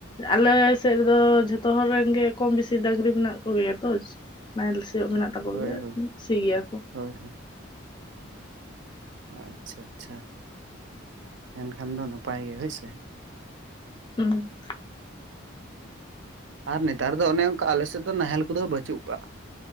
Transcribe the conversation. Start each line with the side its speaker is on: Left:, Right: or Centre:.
Left: ᱟᱞᱮ ᱥᱮᱫ ᱨᱮᱫᱚ ᱡᱷᱚᱛᱚ ᱦᱚᱲ ᱨᱮᱱ ᱜᱮ ᱠᱚᱢ ᱵᱮᱥᱤ ᱰᱟᱝᱨᱤ ᱢᱮᱱᱟᱜ ᱠᱚ ᱜᱮᱭᱟ ᱛᱚ, ᱱᱟᱦᱮᱞ ᱥᱤᱭᱚᱜ ᱢᱮᱱᱟᱜ ᱛᱟᱠᱚ
Right: ᱦᱳᱭ
Left: ᱜᱮᱭᱟ
Right: ᱦᱳᱭ
Left: ᱥᱤ ᱜᱮᱭᱟ ᱠᱚ᱾
Right: ᱦᱳᱭ ᱦᱳᱭ᱾ ᱟᱪᱪᱷᱟ ᱟᱪᱪᱷᱟ ᱮᱱᱠᱷᱟᱱ ᱫᱚ ᱱᱟᱯᱟᱭ ᱜᱮ ᱦᱳᱭ ᱥᱮ?
Left: ᱦᱩᱸ᱾
Right: ᱟᱨ ᱱᱮᱛᱟᱨ ᱫᱚ ᱚᱱᱮ ᱚᱱᱠᱟ ᱟᱞᱮ ᱥᱮᱫ ᱫᱚ ᱱᱟᱦᱮᱞ ᱠᱚᱫᱚ ᱵᱟᱪᱩᱜ ᱠᱟᱜᱼᱟ᱾